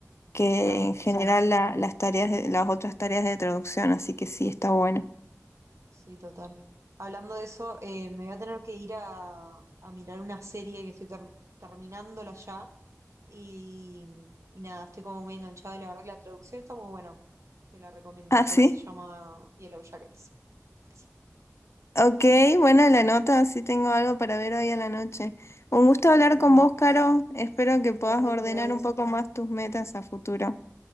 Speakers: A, on the left (about 55°); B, on the right (about 60°).
A: que
B: Claro,
A: en general
B: sí,
A: la- las tareas de- las otras tareas de traducción, así que sí, está bueno. <laughs>
B: sí, total. Hablando de eso, eh, me voy a tener que ir a, a mirar una serie que estoy ter- terminándola ya y, y nada, estoy como muy enganchada y la verdad que la traducción está muy buena. Te la recomiendo
A: Ah,
B: después,
A: sí.
B: se llama Yellow Jackets. Sí,
A: Ok, buena la nota, sí tengo algo para ver hoy a la noche. Un gusto hablar
B: obvio.
A: con vos, Caro. Espero que puedas
B: Igualmente.
A: ordenar un poco más tus metas a futuro.